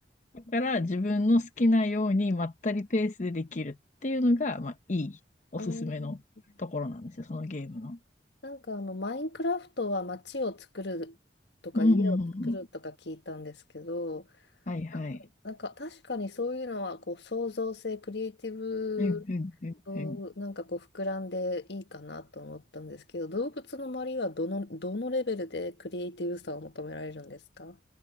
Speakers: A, on the left (about 40°); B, on the left (about 65°).
A: だから自分の好きなようにまったりペースでできるっていうのが、まあいいおすすめのところなんですよ、
B: あー
A: そのゲームの。
B: なんかあの、マインクラフトは街を作るとか家を作るとか聞いたんですけど、
A: うん、うん、うん。うんはい、はい。
B: な、なんか確かにそういうのはこう創造性、クリエイティブ
A: うん、うん、うん、
B: そうなんかこう膨らんでいいかなと思ったんですけど、
A: うん。
B: 動物の周りはどの、どのレベルでクリエイティブさを求められるんですか